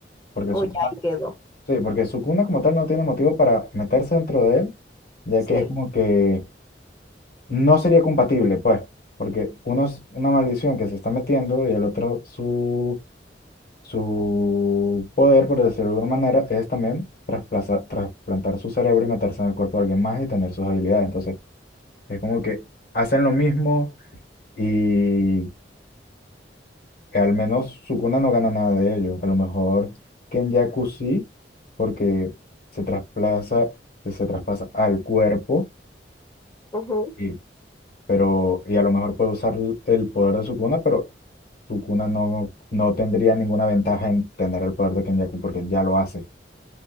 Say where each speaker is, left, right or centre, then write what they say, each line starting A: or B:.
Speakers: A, on the left; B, on the left.
A: porque
B: o
A: Sukuna
B: Yai quedó
A: Sí, porque Sukuna como tal no tiene motivo para meterse dentro de él, ya
B: sí.
A: que es como que no sería compatible, pues, porque uno es una maldición que se está metiendo y el otro su, su poder, por decirlo de alguna manera, es también trasplaza- trasplantar su cerebro y meterse en el cuerpo de alguien más y tener sus habilidades. Entonces, es como que hacen lo mismo y que al menos Sukuna no gana nada de ello. A lo mejor Kenjaku sí, porque se trasplaza, se, se traspasa al cuerpo,
B: Ujú.
A: y, pero, y a lo mejor puede usar l- el poder de Sukuna, pero Sukuna no, no tendría ninguna ventaja en tener el poder de Kenjaku porque ya lo hace.